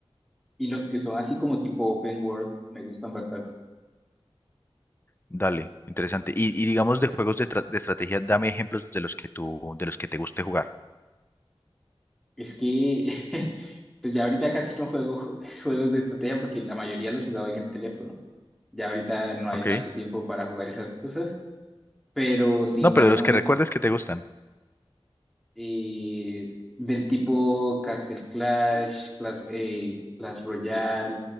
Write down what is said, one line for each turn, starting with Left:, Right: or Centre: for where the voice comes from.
Centre: y los que son así como tipo open world me gustan bastante.
Left: dale, interesante. Y, y digamos de juegos de, tra- de estrategia, dame ejemplos de los que tú, de los que te guste jugar.
Centre: Es que <laughs> pues ya ahorita casi no juego ju- juegos de estrategia porque la mayoría los jugaba en el teléfono. Ya ahorita no hay
Left: Ok.
Centre: tanto tiempo para jugar esas cosas, pero digamos
Left: No, pero de los que recuerdes que te gustan.
Centre: eh, del tipo Castle Clash, Clash, eh, Clash Royale,